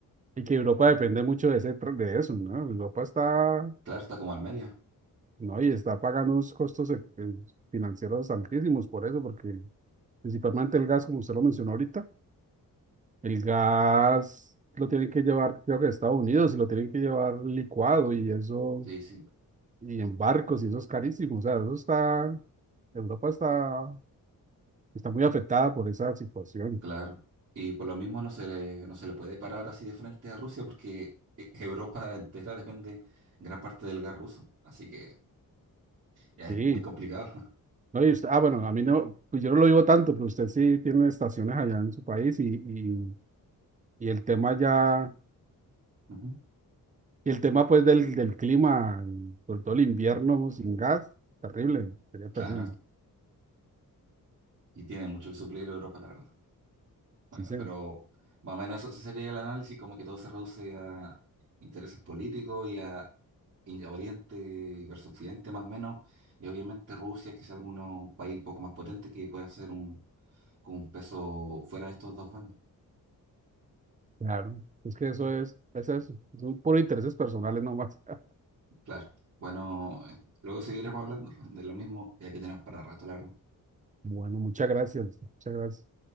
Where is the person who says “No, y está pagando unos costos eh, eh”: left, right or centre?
Right